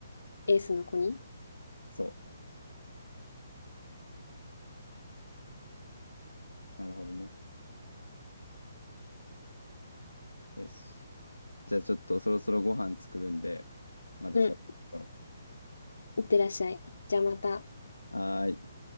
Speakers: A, on the left (about 70°); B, on the left (about 80°).
A: エースの子に。
B: そう。なるほどね。よし。じゃあちょっとそろそろご飯作るんで、またしゃべろ
A: うん、いってらっしゃい。じゃあまた。
B: う。はーい。